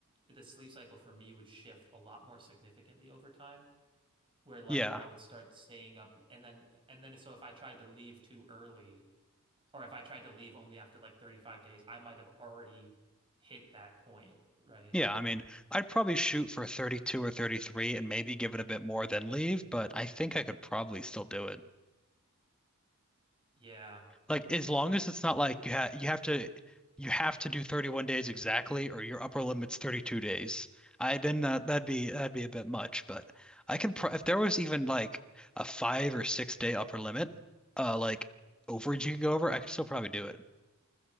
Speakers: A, on the right; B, in the centre.
A: the sleep cycle for me would shift a lot more significantly over time where like
B: Yeah.
A: I would start staying up and then and then so if I tried to leave too early or if I tried to leave only after like 35 days, I might have already hit that point, right?
B: Yeah, I mean, I'd probably shoot for 32 or 33 and maybe give it a bit more than leave, but I think I could probably still do it.
A: Yeah.
B: Like as long as it's not like you have you have to you have to do 31 days exactly or your upper limit's 32 days. I then that that'd be that'd be a bit much, but I can pro if there was even like a five or six day upper limit, uh like overage you could go over, I could still probably do it.